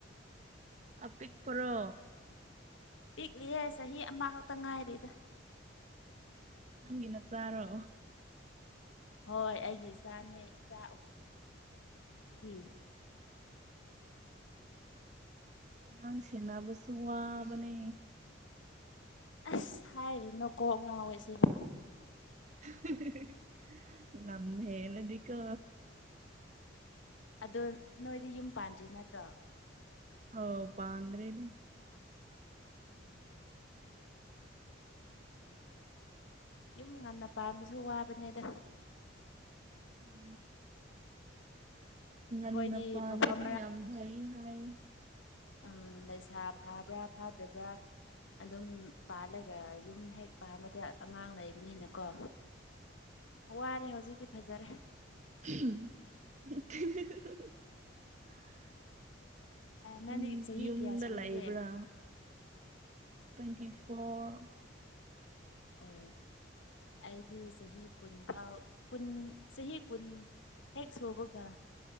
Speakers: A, on the right (about 40°); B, on the left (about 80°).
A: ꯑꯄꯤꯛꯄꯔꯣ
B: ꯄꯤꯛꯂꯤꯌꯦ ꯆꯍꯤ ꯑꯃ ꯈꯛꯇ ꯉꯥꯏꯔꯤꯗ
A: ꯅꯪꯒꯤ ꯅꯆꯥꯔꯣ
B: ꯍꯣꯏ ꯑꯩꯒꯤ ꯏꯆꯥꯅꯦ ꯏꯆꯥ ꯑꯍꯨꯝ <inaudible>
A: ꯑꯉꯥꯡ ꯁꯦꯟꯅꯕꯁꯨꯨ ꯋꯥꯕꯅꯦ
B: ꯑꯁ ꯍꯥꯏꯔꯨꯅꯣ ꯀꯣꯛ ꯉꯥꯎꯋꯦ ꯑꯁꯦꯡꯕ
A: ꯍꯦꯍꯦꯍꯦ ꯂꯝ ꯍꯦꯜꯂꯗꯤꯀꯣ
B: ꯑꯗꯣ ꯅꯣꯏꯗꯤ ꯌꯨꯝ ꯄꯥꯟꯗ꯭ꯔꯤ ꯅꯠꯇ꯭ꯔꯣ
A: ꯍꯣ ꯄꯥꯟꯗ꯭ꯔꯤꯗ
B: ꯌꯨꯝ ꯉꯟꯅ ꯄꯥꯟꯕꯖꯨ ꯋꯥꯕꯅꯤꯗ
A: ꯎꯝ
B: ꯑꯩꯈꯣꯏꯗꯤ
A: ꯉꯟꯅ ꯄꯥꯟꯕꯁꯨ
B: ꯃꯐꯝ
A: ꯌꯥꯝ ꯐꯩ ꯍꯥꯏ
B: ꯑꯥ ꯂꯩꯁꯥ ꯐꯥꯕ꯭ꯔ ꯐꯥꯗꯕ꯭ꯔ ꯑꯗꯨꯝ ꯄꯥꯜꯂꯒ ꯌꯨꯝ ꯍꯦꯛ ꯄꯥꯟꯕꯗ ꯑꯉꯥꯡ ꯂꯩꯕꯅꯤꯅꯀꯣ ꯋꯥꯔꯦ ꯍꯧꯖꯤꯛꯇꯤ ꯐꯖꯔꯦ
A: <unintelligible>
B: ꯅꯪꯗꯤ
A: ꯎꯝ
B: ꯆꯍꯤ
A: ꯌꯨꯝꯗ
B: ꯀꯌꯥ ꯁꯨꯔꯒꯦ
A: ꯂꯩꯕ꯭ꯔ ꯇ꯭ꯋꯦꯟꯇꯤ ꯐꯣꯔ
B: ꯑꯣ ꯑꯩꯗꯤ ꯆꯍꯤ ꯀꯨꯟ ꯐꯥꯎ ꯀꯨꯟ ꯆꯍꯤ ꯀꯨꯟ ꯍꯦꯛ ꯁꯨꯕꯒ